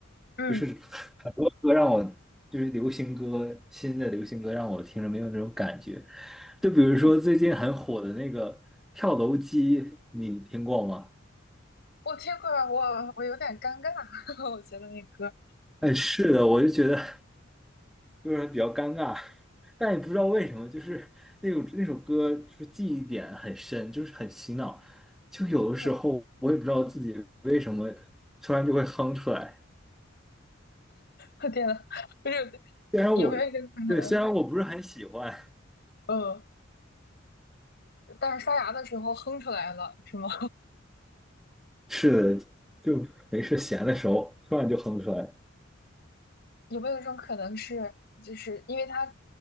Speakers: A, on the left; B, in the centre.
A: 嗯
B: 就是很多歌让我，就是流行歌，新的流行歌让我听着没有那种感觉。就比如说最近很火的那个跳楼机，
A: 嗯，
B: 你听过吗？
A: 我听过，我我有点尴尬，<laughs> 我觉得那歌，
B: 哎，是的，我就觉得。就是比较尴尬，但也不知道为什么，就是那种那首歌就是记忆点很深，就是很洗脑，就有的时候我也不知道自己为什么
A: 嗯，
B: 突然就会哼出来，
A: 我天呐，不是
B: 虽然我对虽然我不是很喜欢，
A: 有没有一个，<laughs> 嗯，但是刷牙的时候哼出来了，是吗？
B: 是的，就没事闲的时候突然就哼出来，
A: 有没有一种可能是，就是因为它